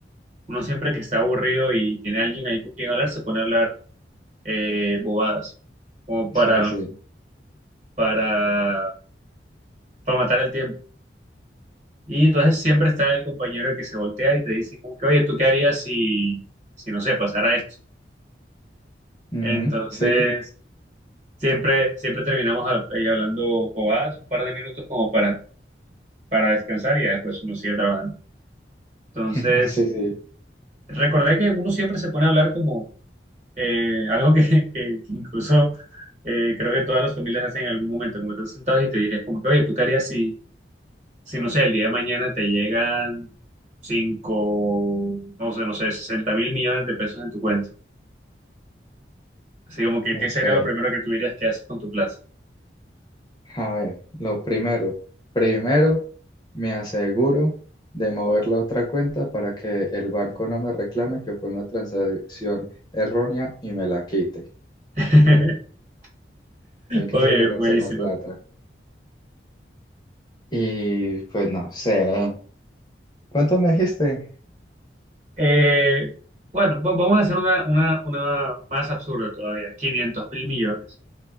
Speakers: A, on the right (about 40°); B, on the left (about 25°).
A: uno siempre que está aburrido y tiene alguien ahí con quien hablar, se pone a hablar eh, bobadas, como para,
B: Sí, sí.
A: para, para matar el tiempo. Y entonces siempre está el compañero que se voltea y te dice como que, oye, ¿tú qué harías si, si no sé, pasara esto?
B: Ujú,
A: Entonces...
B: Sí,
A: Siempre, siempre terminamos hab- ahí hablando bobadas un par de minutos como para, para descansar y ya después uno sigue trabajando. Entonces,
B: <laughs> sí, sí.
A: recordé que uno siempre se pone a hablar como eh, algo que, <laughs> que- que incluso eh, creo que todas las familias hacen en algún momento, como estás sentados y te dirías como que, oye, ¿tú qué harías si, si, no sé, el día de mañana te llegan cinco, no sé, no sé, sesenta mil millones de pesos en tu cuenta? Así como que,
B: Ok.
A: ¿qué sería lo primero que tú dirías que haces con tu plata?
B: A ver, lo primero. Primero, me aseguro de mover la otra cuenta para que el banco no me reclame que fue una transacción errónea y me la quite.
A: <laughs>
B: Hay que
A: Oye,
B: asegurarse
A: buenísimo.
B: la plata. Y pues no sé. ¿Cuánto me dijiste?
A: Eh, bueno, va- vamos a hacer una, una, una más absurda todavía, quinientos mil millones.